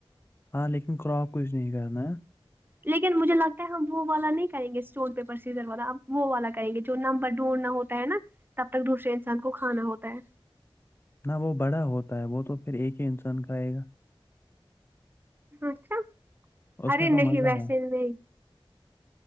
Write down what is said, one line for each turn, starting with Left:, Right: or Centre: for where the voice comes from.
Left: ہاں لیکن کراپ کچھ نہیں کرنا
Right: لیکن مجھے لگتا ہے ہم وہ والا نہیں کریں گے اسٹون پیپر سیزر والا وہ والا کریں گے جو نمبر ڈھونڈھنا ہوتا ہو ہے نا تب تک دوسرے انسان کو کھانا ہوتا ہے
Left: نہ وہ بڑا ہوتا ہے وہ تو پھر ایک ہی انسان کھئے گا
Right: اچھا
Left: اس
Right: ارے
Left: میں تو
Right: نہیں
Left: مزہ
Right: ویسے
Left: ہے
Right: ہی نہیں